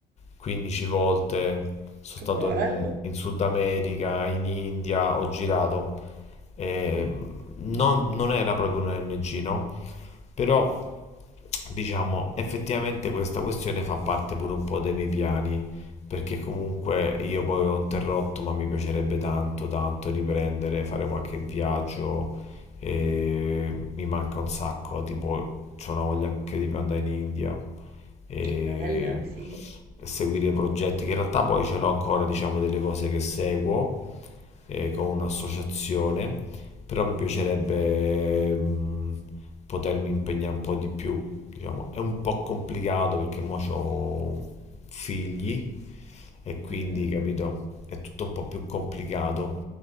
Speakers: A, on the left (about 40°); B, on the right (about 65°).
A: 15 volte, sono
B: Che
A: stato
B: bello,
A: in, in Sud America, in India, ho girato. E, mh, non, non era proprio un ONG, no? Però diciamo effettivamente questa questione fa parte pure un po' dei miei piani, perché comunque io poi ho interrotto, ma mi piacerebbe tanto, tanto riprendere, fare qualche viaggio e mi manca un sacco, tipo c'ho una voglia anche di andare in India e
B: che bella, sì.
A: seguire progetti che in realtà poi ce l'ho ancora, diciamo, delle cose che seguo eh, con un'associazione, però mi piacerebbe mh, potermi impegnare un po' di più, diciamo, è un po' complicato perché mo c'ho figli e quindi,
B: Mhm.
A: capito, è tutto un po' più complicato.